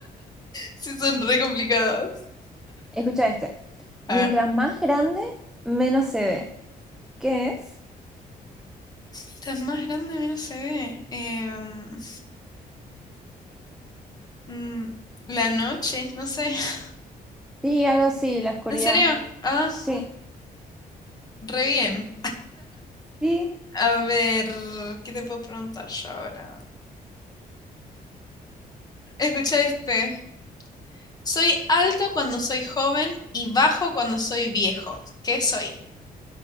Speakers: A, on the left; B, in the centre.
A: Sí, son re complicados.
B: <laughs> Escucha este. Mientras
A: A ver.
B: más grande, menos se ve. ¿Qué es?
A: Mientras más grande, menos se ve. Em, mm, la noche, no sé. <laughs>
B: Sí, algo así, la oscuridad.
A: ¿En serio? Ah,
B: Sí,
A: re bien.
B: sí.
A: A ver, ¿qué te puedo preguntar yo ahora? Escucha este. Soy alto cuando soy joven y bajo cuando soy viejo. ¿Qué soy?